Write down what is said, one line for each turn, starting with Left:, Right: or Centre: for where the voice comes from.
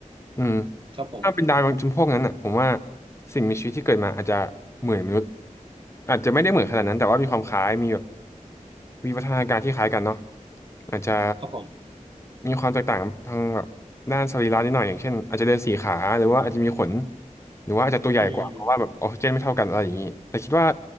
Left: อืม
Right: ครับผม
Left: ถ้าเป็นดาวจำพวกนั้นอ่ะผมว่าสิ่งมีชีวิตที่เกิดมาอาจจะเหมือนมนุษย์อาจจะไม่ได้เหมือนขนาดนั้นแต่ว่ามีความคล้ายมีแบบวิวัฒนาการที่คล้ายกันเนาะอาจจะ
Right: ครับผม
Left: มีความแตกต่างทางแบบด้านสรีระนิดหน่อยอย่างเช่นอาจจะเดินสี่ขาหรือว่าอาจจะมีขนหรือว่าอาจจะตัวใหญ่กว่าเพราะว่าแบบออกซิเจนไม่เท่ากันอะไรอย่างนี้แต่คิดว่า
Right: อืม